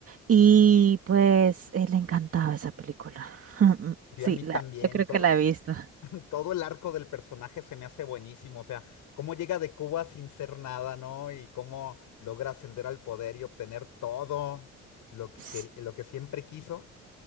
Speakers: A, on the right; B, on the left.
A: Y pues eh, le encantaba esa película. <laughs>
B: Sí,
A: Sí,
B: a mí también.
A: la, yo creo
B: to-
A: que la he visto.
B: Todo el arco del personaje se me hace buenísimo, o sea, cómo llega de Cuba sin ser nada, ¿no? Y cómo logra ascender al poder y obtener todo lo que,
A: S-
B: queri- lo que siempre quiso.